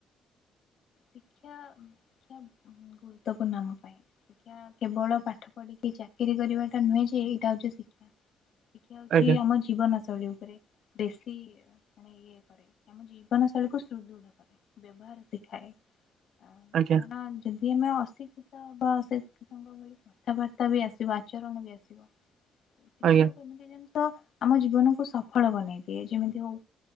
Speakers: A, on the left; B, on the right.
A: ଶିକ୍ଷା, ଶିକ୍ଷା ଗୁରୁତ୍ୱପୂର୍ଣ୍ଣ ଆମ ପାଇଁ। ଶିକ୍ଷା କେବଳ ପାଠ ପଢ଼ିକି ଚାକିରି କରିବାଟା ନୁହେଁଯେ -ଏଇଟା ହଉଛି ଶିକ୍ଷା ଶିକ୍ଷା ହଉଛି
B: ଆଜ୍ଞା
A: ଆମ ଜୀବନ ଶୈଳୀ ଉପରେ, ବେଶୀ ମାନେ ଇଏ ଇଏ କରେ ଆମ ଜୀବନ ଶୈଳୀକୁୁ ସୁଦୃଢ଼ କରେ ବ୍ୟବହାର ଶିଖାଏ। ଆଉ
B: ଆଜ୍ଞା
A: କାରଣ ଯଦି ଆମେ ଅଶିକ୍ଷିତ ବା ଶିକ୍ଷିତଙ୍କ କଥାବାର୍ତ୍ତା ବି ଆସିବ, ଆଚରଣ ବି ଆସିବ ଶିକ୍ଷାକୁ
B: ଆଜ୍ଞା
A: କେମିତି? କିଛି ଜିନିଷ ଆମ ଜୀବନକୁୁ ସଫଳ ବନେଇ ଦିଏ, ଯେମିତି ହଉ